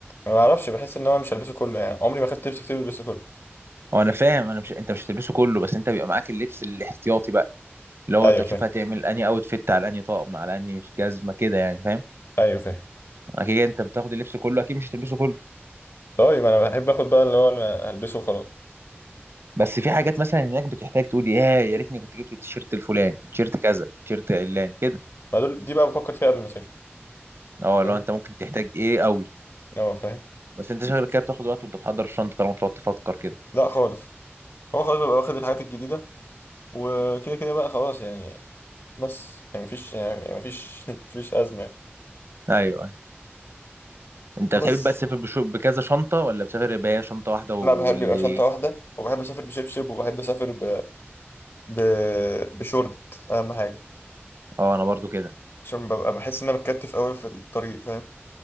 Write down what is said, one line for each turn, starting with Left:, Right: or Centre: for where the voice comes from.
Left: ما بعرفش بحس ان هو مش هلبسه كله يعني عمري ما خدت لبس كتير بلبسه كله
Right: هو انا فاهم انا مش انت مش هتلبسه كله بس انت بيبقى معاك اللبس الاحتياطي بقى اللي هو
Left: ايوه
Right: انت تشوف
Left: فاهم
Right: هتعمل انهي اوت فيت على انهي طقم على انهي مش جزمه كده يعني فاهم
Left: ايوه فاهم
Right: اكيد انت بتاخد اللبس كله اكيد مش هتلبسه كله
Left: طيب انا بحب اخد بقى اللي هو اللي هلبسه وخلاص
Right: بس في حاجات مثلا هناك بتحتاج تقول يا يا ريتني كنت جبت التيشيرت الفلاني تيشيرت كذا تيشيرت علان كده
Left: ما دول دي بقى بفكر فيها قبل ما اسافر
Right: اه
Left: فاهم
Right: لو انت ممكن تحتاج ايه قوي
Left: اه فاهم
Right: بس انت شغلك كده بتاخد وقت وانت بتحضر الشنطه طالما بتقعد تفكر كده
Left: لا خالص هو خلاص بيبقى واخد الحاجات الجديدة وكده كده بقى خلاص يعني بس يعني مفيش يعني مفيش <laughs> مفيش أزمة يعني.
Right: ايوه أيوة. انت
Left: بس
Right: بتحب بقى تسافر بشو- بكذا شنطه ولا بتسافر بهي شنطه واحده واللي
Left: لا بحب يبقى شنطة واحدة وبحب أسافر بشبشب وبحب أسافر ب... ب... بشورت أهم حاجة
Right: اه انا برضو كده
Left: عشان ببقى بحس إن أنا متكتف أوي في الطريق فاهم